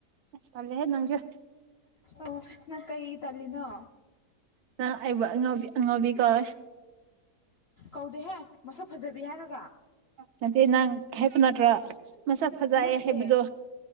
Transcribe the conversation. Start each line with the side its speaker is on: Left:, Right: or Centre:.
Right: ꯑꯁ ꯇꯜꯂꯦꯍꯦ ꯅꯪꯁꯨ
Left: ꯑꯣ ꯅꯪ ꯀꯩꯒꯤ ꯇꯜꯂꯤꯅꯣ
Right: ꯅꯪ ꯑꯩꯕꯨ ꯑꯉꯥꯎꯕ ꯑꯉꯥꯎꯕꯤ ꯀꯧꯋꯦ
Left: ꯀꯧꯗꯦꯍꯦ ꯃꯁꯛ ꯐꯖꯕꯤ ꯍꯥꯏꯔ
Right: ꯅꯠꯇꯦ ꯅꯪ ꯍꯦꯛꯄ ꯅꯠꯇ꯭ꯔꯥ ꯃꯁꯛ ꯐꯖꯩꯌꯦ
Left: ꯅꯠꯇꯦ
Right: ꯍꯥꯏꯕꯗꯣ